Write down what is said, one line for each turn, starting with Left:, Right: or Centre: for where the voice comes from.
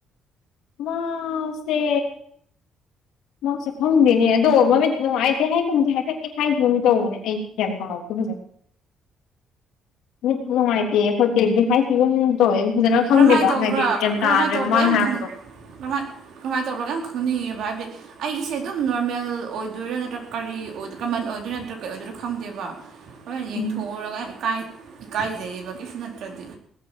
Left: ꯃꯥꯁꯦ ꯃꯥꯁꯨ ꯐꯪꯗꯦꯅꯦ ꯑꯗꯣ ꯃꯃꯤꯠ ꯅꯨꯡꯉꯥꯏꯇꯦ ꯍꯥꯏꯒꯨꯝꯁꯦ ꯍꯥꯏꯐꯠꯀꯦ ꯍꯥꯏꯈꯤꯕꯨꯝ ꯇꯧꯕꯅꯦ ꯑꯩ ꯒꯌꯥꯟ ꯇꯥꯍꯧꯗꯦꯖꯦ ꯃꯤꯠ ꯅꯨꯡꯉꯥꯏꯇꯦ ꯈꯣꯠꯇꯗꯤ ꯍꯥꯏꯁꯤꯒꯨꯝ ꯍꯣꯏ ꯑꯩ ꯐꯖꯅ ꯈꯪꯗꯦꯕ
Right: ꯀꯔꯝꯍꯥꯏꯅ ꯇꯧꯕ꯭ꯔꯥ
Left: ꯍꯥꯏꯗꯤ ꯒ꯭ꯌꯥꯟ
Right: ꯀꯔꯝꯍꯥꯏꯅ
Left: ꯇꯥꯗ꯭ꯔꯕ
Right: ꯇꯧꯕ꯭ꯔꯥ
Left: ꯃꯥꯅ
Right: ꯌꯥꯝ
Left: ꯍꯥꯏꯔꯛꯄꯗꯣ
Right: ꯀꯃꯥꯏ ꯀꯃꯥꯏꯅ ꯇꯧꯔꯒ ꯌꯥꯝ ꯈꯪꯅꯤꯡꯉꯦꯕ ꯍꯥꯏꯕꯗꯤ ꯑꯩꯒꯤꯁꯦ ꯑꯗꯨꯝ ꯅꯣꯔꯃꯦꯜ ꯑꯣꯏꯗꯣꯏꯔꯥ ꯅꯠꯇ꯭ꯔ ꯀꯔꯤ ꯀꯃꯟ ꯑꯣꯏꯗꯣꯏꯔꯣ ꯅꯠꯇ꯭ꯔꯣ ꯀꯔꯤ ꯑꯣꯏꯗꯣꯏꯔꯣ ꯈꯪꯗꯦꯕ ꯍꯣꯏ ꯌꯦꯡꯊꯣꯛꯎꯔꯒ
Left: ꯎꯝ
Right: ꯌꯥꯝ ꯏꯀꯥꯏꯖꯩꯌꯦꯕ ꯀꯩꯁꯨ ꯅꯠꯇ꯭ꯔꯗꯤ